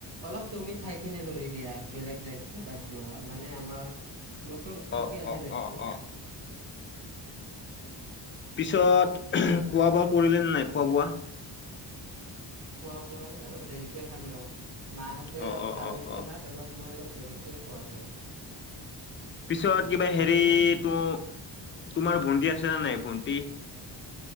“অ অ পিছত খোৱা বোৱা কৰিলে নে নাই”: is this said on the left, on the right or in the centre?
Left